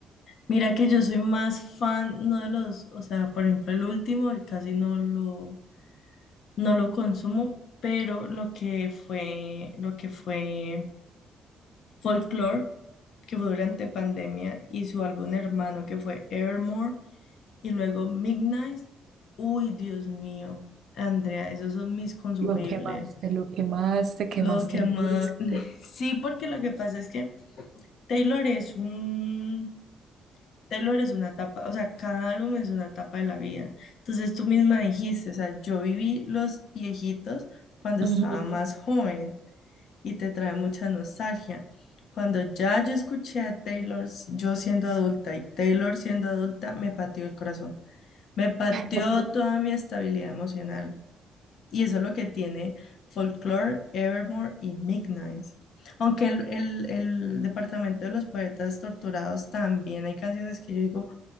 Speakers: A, on the left; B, on the right.
A: Mira que yo soy más fan, no de los, o sea, por ejemplo, el último, el casi no lo, no lo consumo, pero lo que fue, lo que fue Folklore, que fue durante pandemia, y su álbum hermano que fue Evermore. Y luego Midnight. Uy, Dios mío. Andrea, esos son mis consumibles.
B: Lo quemaste, lo quemaste, quemaste
A: Lo que
B: el
A: más...
B: disco.
A: <laughs> Sí, porque lo que pasa es que Taylor es un... Taylor es una etapa, o sea, cada álbum es una etapa de la vida. Entonces tú misma dijiste, o sea, yo viví los viejitos cuando
B: Ujú.
A: estaba más joven y te trae mucha nostalgia. Cuando ya yo escuché a Taylor, yo siendo adulta y Taylor siendo adulta, me pateó el corazón. Me pateó
B: <laughs>
A: toda mi estabilidad emocional. Y eso es lo que tiene Folklore, Evermore y Midnight. Aunque el, el- el Departamento de los Poetas Torturados también hay canciones que yo digo,